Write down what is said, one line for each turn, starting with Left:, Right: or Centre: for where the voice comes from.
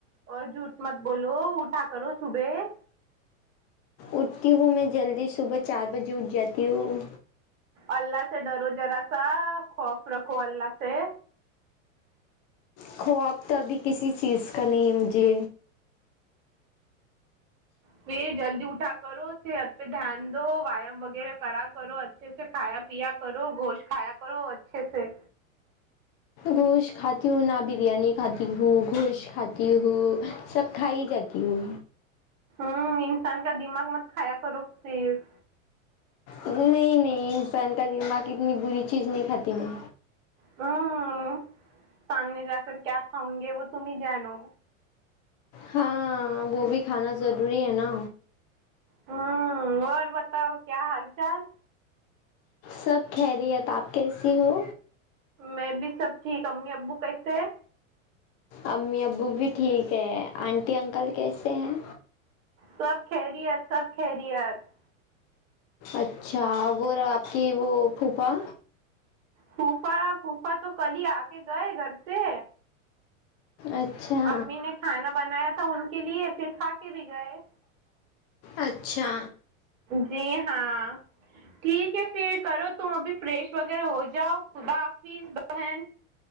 Right: اور جھوٹ مت بولو اٹھا کرو صبح
Left: اٹھتی ہوں میں جلدی صبح چار بجے اٹھ جاتی ہوں
Right: اللہ سے ڈرو جرا سا خوف رکھ کو اللہ سے
Left: خواب تو ابھی کسی چیز کا نہیں ہے مجھے
Right: پ جلدی اٹھا کرو صحت پہ دھیان دو ویام وغیرہ کرا کرو اچھے سے کھایا پیا کرو گشت کھایا کرو اچھے سے
Left: گوش کھاتیوں نہ بریانی کاتی ہو گوش خات ہوں سب کھائی جاتی ہوں
Right: ہ انسان کا دماغ مت کھایا کرو صف
Left: نہیں نہیں انسان کا دماغ اتنی بری چیز نہیں کھاتی میں
Right: ہوں سامنے جا کر کیا کاؤں گے وہ تم جانو
Left: ہاں وہ بھی کھانا ضروری ہے نا
Right: ہوں اور ب بتاؤ کیا حال چال
Left: سب خیریت آپ کیسی ہو
Right: میں بھی سب ٹھیک امی ابو کیسے
Left: امی ابو بھی ٹھیک ہے آنٹی انکل کیسے ہیں
Right: سب خیریت سب خیریت
Left: اچھا وہ آپ کی وہ پھوپھا
Right: پوفا پوفا تو کل ہی آ کے گئے گھر سے
Left: اچھا
Right: امی نے کھانا بنایا تھا ان کے لیے پھر کھا کے بھی گئے
Left: اچھا
Right: جی ہاں ٹھیک ہے پھر کرو تم ابھی فریش وغیرہ ہو جاؤ خدا حافظ بہن